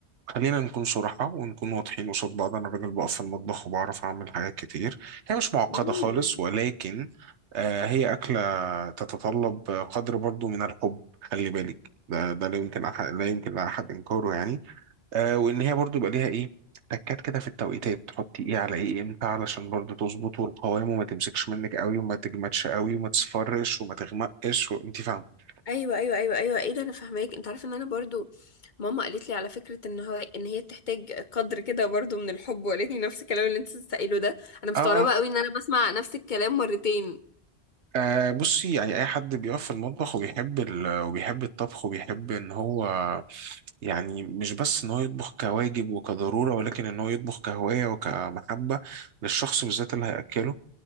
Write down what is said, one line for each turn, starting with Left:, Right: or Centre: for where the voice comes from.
Right: خلينا نكون صراحة ونكون واضحين قصاد بعض أنا راجل بقف في المطبخ وبعرف أعمل حاجات كتير هي مش معقدة
Left: امم
Right: خالص ولكن آه، هي أكلة تتطلب قدر برضو من الحب خلي بالك ده ده لا يمكن أحد لا يمكن لأحد إنكاره يعني آه، وإن هي برضو يبقى ليها إيه تكات كده في التوقيتات تحطي إيه على إيه إمتى علشان برضو تظبط والقوام وما تمسكش منك قوي وما تجمدش قوي وما تصفرش وما تغمقش وأنت فاهمة
Left: ايوه ايوه ايوه ايوه ايه ده انا فاهماك انت عارفه ان انا برضو ماما قالت لي على فكره ان هو ان هي بتحتاج قدر كده برضو من الحب وقالت لي نفس الكلام اللي انت بتسأله ده انا مستغربه
Right: اه آه.
Left: قوي ان انا بسمع نفس الكلام مرتين
Right: أه بصي يعني أي حد بيقف في المطبخ وبيحب ال... وبيحب الطبخ وبيحب إن هو يعني مش بس إن هو يطبخ كواجب وكضرورة ولكن إن هو يطبخ كهواية وكمحبة للشخص بالذات اللي هيأكله